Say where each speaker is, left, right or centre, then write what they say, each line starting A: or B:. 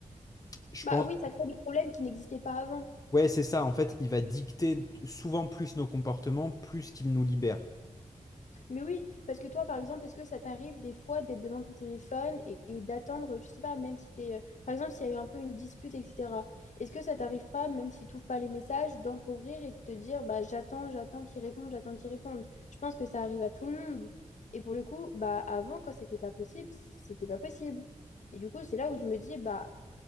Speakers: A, on the left (about 25°); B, on the left (about 65°).
A: je
B: Bah
A: pense...
B: oui, ça crée des problèmes qui n'existaient pas avant.
A: Ouais, c'est ça. En fait, il va dicter souvent plus nos comportements, plus qu'il nous libère.
B: Mais oui, parce que toi, par exemple, est-ce que ça t'arrive des fois d'être devant ton téléphone et, et d'attendre, je sais pas, même si t'es, euh, par exemple, s'il y a eu un peu une dispute, etc. Est-ce que ça t'arrive pas, même si tu pas les messages, d'entrouvrir et de te dire, bah, j'attends, j'attends qu'ils répondent, j'attends qu'ils répondent. Je pense que ça arrive à tout le monde. Et pour le coup, bah, avant, quand c'était pas possible, c'était pas possible. Et du coup, c'est là où je me dis, bah,